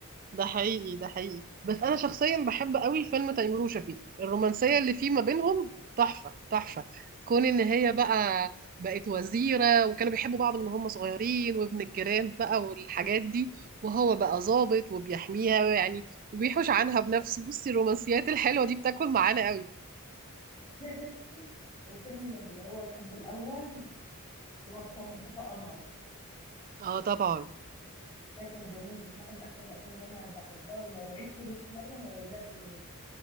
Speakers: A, on the right; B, on the left.
A: ده حقيقي ده حقيقي بس انا شخصيا بحب قوي فيلم تيمور وشفيقة الرومانسيه اللي فيه ما بينهم تحفه تحفه كون ان هي بقى بقت وزيره وكانوا بيحبوا بعض من هم صغيرين وابن الجيران بقى والحاجات دي وهو بقى ضابط وبيحميها يعني وبيحوش عنها بنفسه بصي الرومانسيات الحلوه دي بتاكل معانا قوي
B: <laughs> وفيلم اللي هو الحب الأول اللي هو بتاع مصطفى قمر
A: اه طبعا
B: ده كان جميل بصراحة من أحسن الأفلام اللي أنا بحبها ولو عدت 100 مرة ما بزهقش منه